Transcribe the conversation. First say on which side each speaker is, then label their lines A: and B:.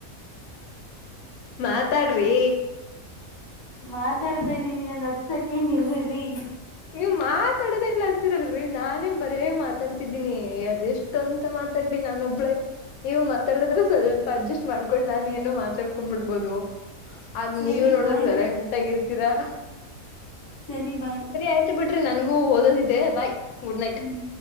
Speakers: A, on the left; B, on the left.
A: ಮಾತಾಡ್ರಿ.
B: ಮಾತಾಡ್ತಾ ಇದ್ದೀ ನೀನ್ಂದ್ ಹತ್ ಸಕೆಂಡ್ ಇರಿರಿ.
A: ನೀವು ಮಾತಾಡದೇ ಇಲ್ಲ ಅತಿದಲ್ರಿ ನಾನೇ ಬರೇ ಮಾತಾಡ್ತಿದ್ದೀನಿ ಅದೆಷ್ಟು. ಎಷ್ಟಂತ ಮಾತಾಲಿ ನಾನ ಒಬ್ಳೇ. ನೀವು ಮಾತಾಡದ್ರೆ ಸ್ವಲ್ಪ ಅಡ್ಜಸ್ಟ್ ಮಾಡ್ಕೊಂಡು ನಾನು ಏನ ಮಾತಾಡ್ಕೊಂಡ್ಬಿಡ್ಬೋದು. ಅದ್
B: ಸರಿ
A: ನೀವೇ ನೋಡರ್ದ
B: ಬಾಯ್
A: ಸೈಲೆಂಟ್ಗಿ ಇರ್ತೀರಾ.
B: ಸರಿ ಬಾಯ್
A: ಆಯ್ತು ಬಿಡ್ರಿ ನನ್ಗೂ ಓದೋದಿದ್ದೆ ಬಾಯ್ ಗುಡ್ ನೈಟ್.
B: ಹ್ಮ್